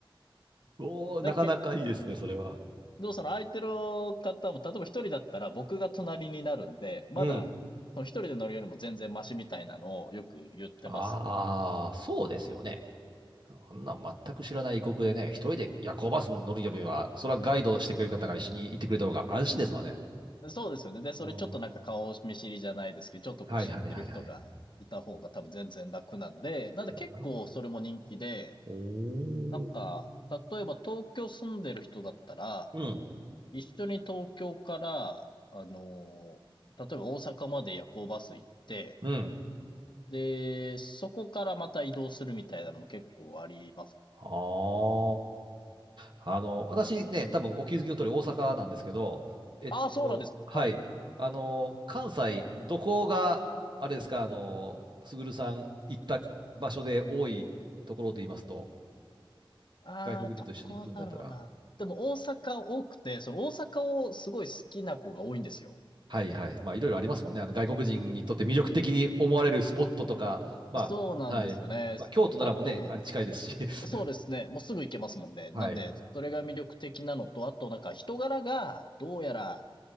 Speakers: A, on the right; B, on the left.
A: おーなかなかいいですね、
B: だけ、
A: それは。
B: でもその相手の方も、例えば一人だったら僕が隣になるんで、まだ、
A: うん。
B: 一人で乗るよりも全然マシみたいなのをよく言ってますね。
A: ああ、そうですよね。あんな全く知らない異国でね、一人で夜行バスに乗るよりは、それはガイドしてくれる方が一緒に行ってくれた方が安心ですわね。
B: そうですよね。で、それちょっとなんか顔見知りじゃないですけど、
A: うん。
B: ちょっとこう知ってる人がいた方が多分全然楽なんで、
A: はいはいはいはい。うんなるほど。
B: なんで結構それも人気で、
A: おお。
B: なんか、例えば東京住んでる人だったら、
A: うん。
B: 一緒に東京から、あのー例えば大阪まで夜行バス行って、
A: うん。
B: で、そこからまた移動するみたいなのも結構あります。
A: ああ、あの、私ね、多分お気づきの通り大阪なんですけど、えっと、
B: ああ、そうなんですか。
A: はい、
B: はい。
A: あの、関西、どこが、あれですか、あの、すぐるさん行った場所で多いところと言いますと、
B: ああ、
A: 外国人と一緒に来るんだったら、
B: どこだろうな。でも大阪多くて、その大阪をすごい好きな子が多いんですよ。
A: はいはい、まあいろいろありますもんね、あの外国人にとって魅力的に思われるスポットとか、まあ、
B: そうなんですよね。
A: はい、まあ、京都ならもね、
B: だと、
A: あれ近いですし、<laughs>
B: そうですね。もうすぐ行けますもんね。なんで、
A: はい、
B: それが魅力的なのと、あとなんか人柄が、どうやら、